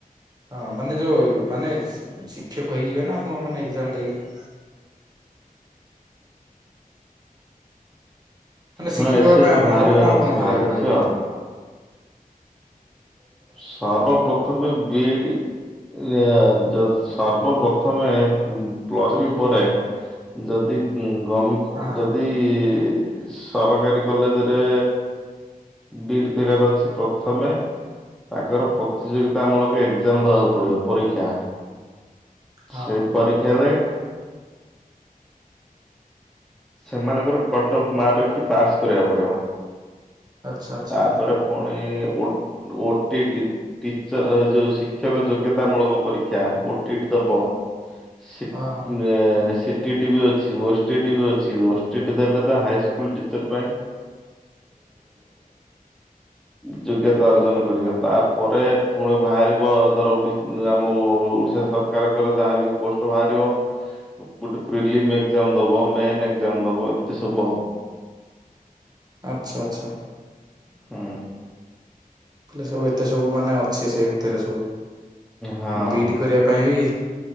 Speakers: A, on the right; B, in the centre.
A: ହଁ ମାନେ ଯୋଉ ମାନେ ଶିକ୍ଷକ ହେଇଯିବେ ନା ଆପଣ ମାନେ ଏଜାମ ଦେଇଗଲେ। ମାନେ ଶିକ୍ଷକ
B: ହଁ ଏସ୍
A: ହେବା
B: ଏସ୍
A: ପାଇଁ ଆପଣଙ୍କୁ
B: ବି ବାହାରିବାର
A: ଏବେ କଣ
B: ଅଛି
A: କଣ
B: ବାହାରିଲେ
A: କରିବାକୁହହେବ।
B: ଦେଖିବା ଆଉ। ସର୍ବପ୍ରଥମେ ବିଡି ଇ ଏ ସର୍ବପ୍ରଥମେ ପ୍ଲସ ଠ୍ରୀ ପରେ ଯଦି ଗ
A: ହଁ
B: ଯଦି କି ସରକାରୀ କଲେଜରେ ବିଟ କରିବାର ଅଛି ପ୍ରଥମେ ତାଙ୍କର ପ୍ରତିଯୋଗିତା ମୂଳକ ଏକ୍ଜାମ ଦେବାକୁ ପଡିବ ପରୀକ୍ଷା।
A: ହଁ
B: ସେ
A: ହଁ।
B: ପରୀକ୍ଷାାରେରେ ସେମାନଙ୍କର କଟ ଅଫ୍ ମାର୍କ ରଖି ପାସ୍ କରିବାକୁ ପଡିବ
A: ଆଚ୍ଛା ଆଚ୍ଛା
B: ତାପରେ ପୁଣିଓ ଓଟିଇଟି। ଟିଚ ଯୋଉ ଶିକ୍ଷକ ଯୋଗ୍ୟତା ମୂଳକ ପରୀକ୍ଷା ଓଟିଇଟି ଦବ। ସିଟି
A: ହଁ ହଁ
B: ଟିଭି ଅଛି ଉଷ୍ଟ ଟିଭି ଅଛି। ଓ ଏସ ଟି ଟି ଦେଲେ ତ ହାଇସ୍କୁଲ ଟିଚର ପାଇଁ। ଯୋଗ୍ୟତା ଅର୍ଜନ କରିବା ତାପରେ ପୁଣି ବାହାରିବ ଧର ଆମ ଓଡ଼ିଶା ସର ସରକାର କର ଜାହାବି ପୋଷ୍ଟ ବାହାରିବା, ଗୋଟେ ପ୍ରେଲିମ ଏକ ଜାମ ଦବ ମେନ ଏକ ଜାମ ଦବ ଏମିତି ସବୁ ଆଉ।
A: ଆଚ୍ଛା ଆଚ୍ଛା।
B: ହୁଁ।
A: ସବୁ ଏତେ ସବୁ ମାନେ ଅଛି ସେ ଭିତରେ ସବୁ ମାନେ
B: ହଁ।
A: ବିଡି କରିବା ପାଇଁ ବି